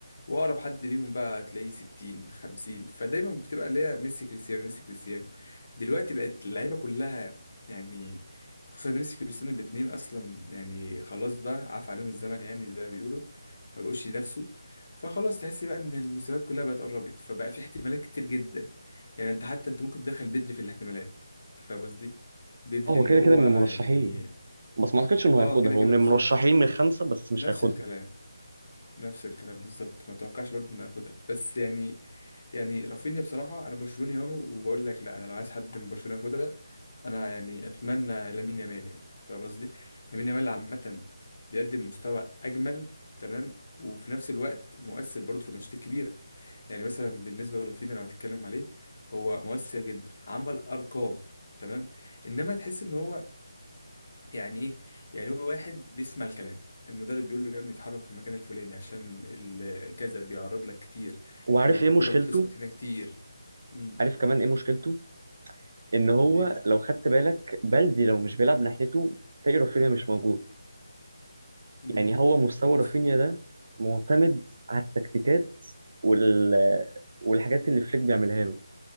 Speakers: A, on the left; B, on the right.
A: واقرب حد ليهم بقى هتلاقيه 60 50 فدايما بتبقى اللي هي ميسي كريستيانو ميسي كريستيانو دلوقتي بقت اللعيبه كلها يعني خصوصا ميسي كريستيانو الاثنين اصلا يعني خلاص بقى عاف عليهم الزمن يعني زي ما بيقولوا ما بقوش ينافسوا فخلاص تحس بقى ان المستويات كلها بقت قربت فبقى في احتمالات كتير جدا يعني انت حتى انت ممكن تدخل بدري في الاحتمالات انت فاهم قصدي بدري
B: اه هو
A: اللي
B: كده
A: هو
B: كده من
A: يعني
B: المرشحين بس ما اعتقدش انه
A: اه
B: هياخدها
A: كده
B: هو
A: كده
B: من المرشحين
A: بالظبط
B: من خمسه بس مش
A: نفس
B: هياخدها
A: الكلام نفس الكلام بالظبط ما توقعش برضه ان اخدها بس يعني يعني رافينيا بصراحه انا برشلوني اهو وبقول لك لا انا لو عايز حد من برشلونه ياخدها انا يعني اتمنى لامين يامال يعني فاهم قصدي لامين يامال عامه بيقدم مستوى اجمل تمام وفي نفس الوقت مؤثر برضه في الماتشات الكبيره يعني مثلا بالنسبه لرافينيا اللي هتتكلم عليه هو مؤثر جدا عمل ارقام تمام انما تحس ان هو يعني ايه يعني هو واحد بيسمع الكلام المدرب بيقول له يا ابني اتحرك في المكان الفلاني عشان ال- كذا بيعرض لك كتير
B: وعارف
A: او
B: ايه
A: الكرة
B: مشكلته
A: بتسقط هنا كتير امم
B: عارف كمان ايه مشكلته ان هو
A: دي مشكلة
B: لو خدت بالك بلدي لو مش بيلعب ناحيته تلاقي رافينيا مش موجود
A: امم
B: يعني هو مستوى
A: حصل
B: رافينيا ده معتمد على التكتيكات وال والحاجات اللي فليك بيعملها له